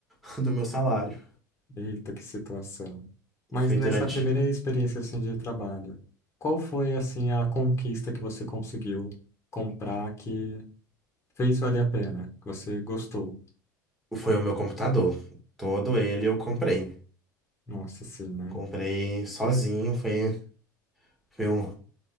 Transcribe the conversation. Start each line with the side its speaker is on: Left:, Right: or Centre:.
Centre: <laughs> do meu salário.
Left: Eita, que situação. Mas
Centre: Foi
Left: nessa
Centre: durante.
Left: primeira experiência assim, de trabalho, qual foi assim a conquista que você conseguiu comprar que fez valer a pena, que você gostou?
Centre: Foi o meu computador. Todo ele eu comprei.
Left: Nossa, sim, né?
Centre: Comprei sozinho, foi. Foi um.